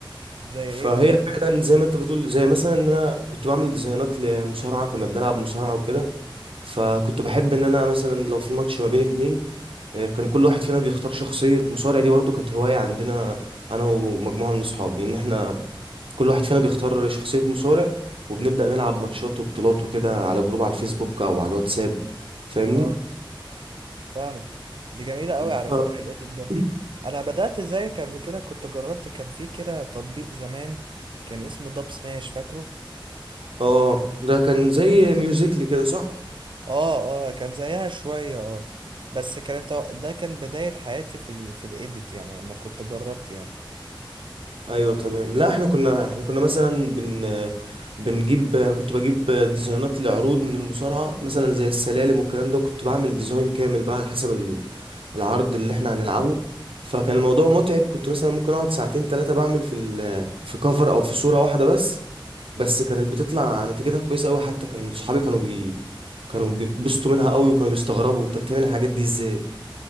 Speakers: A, on the right; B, on the right.
A: زي
B: فهي
A: ايه مثلا
B: فعلا زي ما انت بتقول زي مثلا ان انا كنت بعمل ديزاينات لمصارعه كنا بنلعب مصارعه وكده فكنت بحب ان انا مثلا لو في ماتش ما بين اتنين آه، كان كل واحد فينا بيختار شخصية مصارع دي برضو كانت هواية عندنا انا ومجموعة من اصحابي ان احنا كل واحد فينا بيختار شخصية مصارع وبنبدأ نلعب ماتشات وبطولات وكده على جروب على الفيسبوك او على الواتساب فاهمني
A: اه فاهمك دي جميلة قوي على
B: ف...
A: فكرة الإيديت ده
B: <coughs>
A: انا بدأت زيك قبل كده كنت جربت كان في كده تطبيق زمان كان اسمه داب سماش فاكره
B: اه ده كان زي ميوزيكلي كده صح
A: اه اه كان زيها شوية اه بس كانت ده كان بداية حياتي في ال في الإيديت يعني لما كنت جربت يعني
B: ايوه تمام لا احنا كنا احنا كنا مثلا بن بنجيب انا كنت بجيب ديزاينات لعروض من المصارعه مثلا زي السلالم والكلام ده وكنت بعمل ديزاين كامل بقى على حسب ال- العرض اللي احنا هنلعبه فكان الموضوع متعب كنت مثلا ممكن اقعد ساعتين ثلاثه بعمل في ال في كفر او في صوره واحده بس بس كانت بتطلع نتيجتها كويسه قوي حتى كان صحابي كانوا بي كانوا بيتبسطوا منها قوي وكانوا بيستغربوا انت بتعمل الحاجات دي ازاي